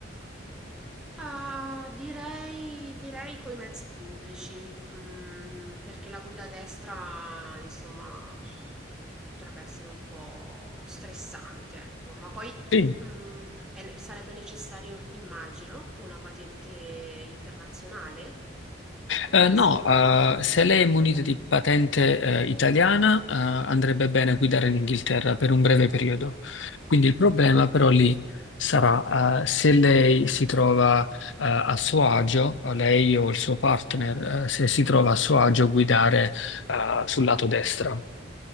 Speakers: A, in the centre; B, on the left.
A: Ah, direi, direi coi mezzi pubblici, mm, perché la guida a destra, insomma, potrebbe essere un po' stressante, ecco, ma poi
B: Sì.
A: mm, è ne- sarebbe necessario, immagino, una patente internazionale,
B: Eh,
A: non
B: no,
A: essendo più il
B: eh, se lei è munita
A: UK.
B: di patente, eh, italiana, eh, andrebbe bene guidare in Inghilterra per un breve periodo. Quindi il problema però lì sarà, eh, se lei si trova, eh, a suo agio, o lei o il suo partner, eh, se si trova a suo agio a guidare, eh, sul lato destro.